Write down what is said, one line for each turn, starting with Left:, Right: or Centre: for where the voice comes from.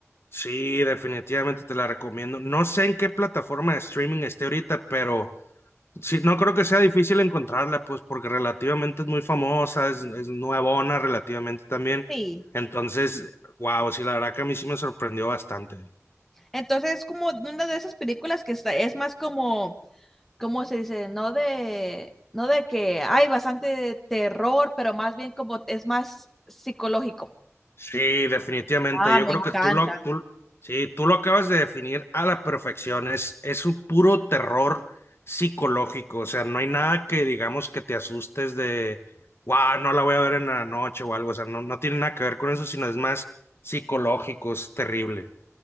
Left: Sí, definitivamente te la recomiendo. No sé en qué plataforma de streaming esté ahorita, pero Sí, no creo que sea difícil encontrarla, pues, porque relativamente es muy famosa, es, es nuevona relativamente también.
Centre: Sí.
Left: Entonces, wow, sí, la verdad que a mí sí me sorprendió bastante.
Centre: Entonces es como de una de esas películas que está, es más como ¿cómo se dice? No de, no de que hay bastante terror, pero más bien como es más psicológico.
Left: Sí, definitivamente.
Centre: Ah,
Left: Yo
Centre: me
Left: creo
Centre: encanta.
Left: que tú lo, tú, sí, tú lo acabas de definir a la perfección. Es, es un puro terror psicológico. O sea, no hay nada que digamos que te asustes de, wow, no la voy a ver en la noche o algo. O sea, no, no tiene nada que ver con eso, sino es más psicológico, es terrible.